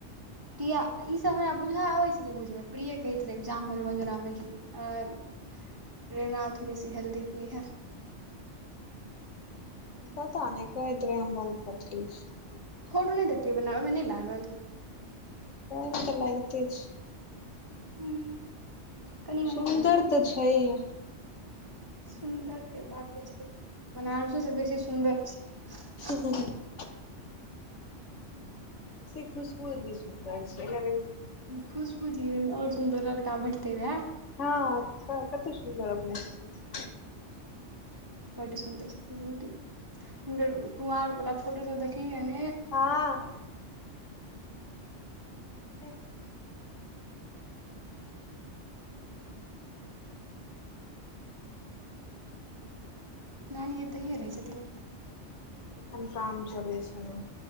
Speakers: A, on the right; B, on the left.
A: प्रिया ई सब हमरा बुझा आबै छै जे बुझबै प्रिय कहैत रहैजाम होै मजुरामे आ प्रेरणा थोड़ी सी हेल्दी हुई है
B: पताऽ नहि कहैत रहै हम बहुत पतली छी
A: फोटो नहि देखलियै बना बैमे नहि लागल
B: ओहि मे तऽ लागिते छै
A: हूँ कनि मनि
B: सुन्दर
A: भेलै हन
B: तऽ छैहे
A: सुन्दर के बात तऽ छेड़ बनारसो से बेसी सुन्दर छै
B: हँ <unintelligible> से खुशबू <unintelligible> अते सुन्दर छै अरे
A: खुशबू दी आओर सुन्दर लड़का भेटतै उहा
B: हँ त कते सुन्दर अपने छथिन्ह
A: बड्ड सुन्दर खुजबू दी हुनकर कुवर वला फोटो सब देखलियै ह
B: हँ <unintelligible>
A: नानी एतैयए रहये छथिन्ह
B: एखन काम चलै छै ने